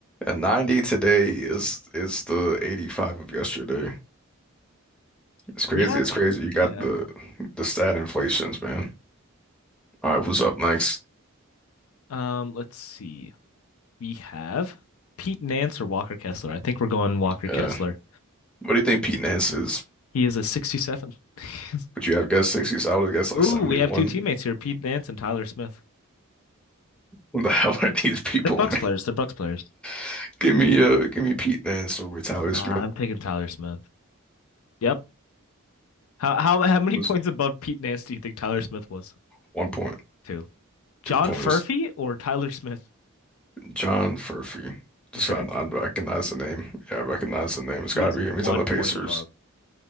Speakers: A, in the centre; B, on the left.
A: And 90 today is is the 85 of yesterday. It's crazy.
B: Yeah,
A: It's crazy. You got
B: Yeah.
A: the the stat inflations, man. All right, who's up next?
B: Um, let's see. We have Pete Nance or Walker Kessler. I think we're going Walker
A: Uh,
B: Kessler.
A: what do you think Pete Nance is?
B: He is a 67. <laughs>
A: Would you have guessed 60s? I would have guessed like
B: Ooh,
A: 71.
B: we have two teammates
A: <laughs>
B: here, Pete Nance and Tyler Smith.
A: What the hell are these people,
B: They're Bucks
A: man?
B: players. They're Bucks players.
A: <laughs> Give me uh give me Pete Nance over Tyler
B: Nah,
A: Smith.
B: I'm taking Tyler Smith. Yep. How how how many
A: It
B: <laughs>
A: was
B: points above Pete Nance do you think Tyler Smith was?
A: one point,
B: Two. John
A: two points.
B: Furphy or Tyler Smith?
A: John Furphy. Just
B: You sure?
A: I, I recognize the name. Yeah, I recognize the name. It's
B: He
A: gotta
B: is
A: be
B: one
A: him. He's on the Pacers.
B: point above.